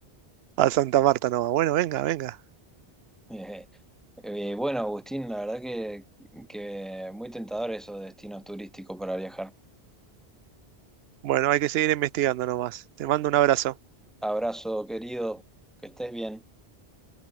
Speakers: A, on the right (about 80°); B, in the centre.
A: A Santa Marta nomás. Bueno, venga, venga.
B: <laughs> Eh, eh, bueno, Agustín, la verdad que, que muy tentador esos destinos turísticos para viajar.
A: Bueno, hay que seguir investigando nomás. Te mando un abrazo.
B: Abrazo, querido, que estés bien.